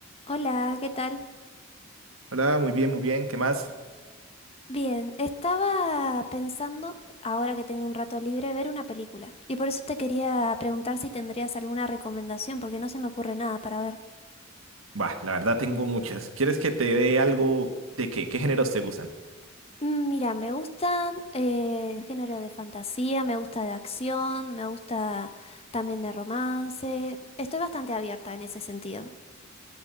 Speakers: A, on the left; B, on the right.
A: Hola, ¿qué tal?
B: Hola, muy bien, muy bien. ¿Qué más?
A: Bien, estaba pensando, ahora que tengo un rato libre, ver una película. Y por eso te quería preguntar si tendrías alguna recomendación, porque no se me ocurre nada para ver.
B: Bah, la verdad tengo muchas. ¿Quieres que te dé algo de qué? ¿Qué géneros te gustan?
A: Mm, Mira, me gustan eh, el género de fantasía, me gusta de acción, me gusta también de romance. Estoy bastante abierta en ese sentido.